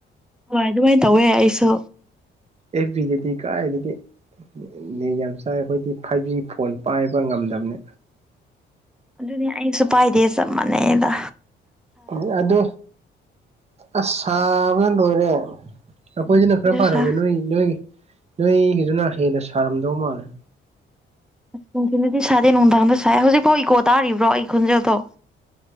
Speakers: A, in the centre; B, on the right.
A: ꯍꯣꯏ ꯑꯗꯨꯃꯥꯏꯅ ꯇꯧꯋꯦ ꯑꯩꯁꯨ
B: ꯑꯦꯐ ꯕꯤꯗꯗꯤ ꯀꯥꯏꯗꯒꯤ ꯅꯦꯠ ꯌꯥꯝ ꯆꯥꯏ ꯑꯩꯈꯣꯏꯗꯤ ꯐꯥꯏꯚ ꯖꯤ ꯐꯣꯟ ꯄꯥꯏꯕ ꯉꯝꯗꯕꯅꯦ
A: ꯑꯗꯨꯅꯦ ꯑꯩꯁꯨ ꯄꯥꯏꯗꯦ ꯆꯞ ꯃꯥꯟꯅꯩꯗ
B: ꯎꯝ ꯑꯗꯣ ꯑꯁ ꯁꯥꯕꯅ ꯂꯣꯏꯔꯦ ꯑꯩꯈꯣꯏꯁꯤꯅ
A: ꯎꯝ ꯁꯤꯗ
B: ꯈꯔ ꯐꯥꯔꯝꯃꯦ
A: ꯁꯥ
B: ꯅꯣꯏ ꯅꯣꯏ ꯅꯣꯏꯒꯤꯗꯨꯅ ꯍꯦꯟꯅ ꯁꯥꯔꯝꯗꯧ ꯃꯥꯜꯂꯦ
A: ꯑꯁ ꯅꯨꯡꯊꯤꯟꯗꯗꯤ ꯁꯥꯗꯦ ꯅꯨꯡꯗꯥꯡꯗ ꯁꯥꯏ ꯍꯧꯖꯤꯛꯐꯥꯎ ꯏꯀꯣ ꯇꯥꯔꯤꯕ꯭ꯔꯣ ꯑꯩ ꯈꫭꯟꯖꯦꯜꯗꯣ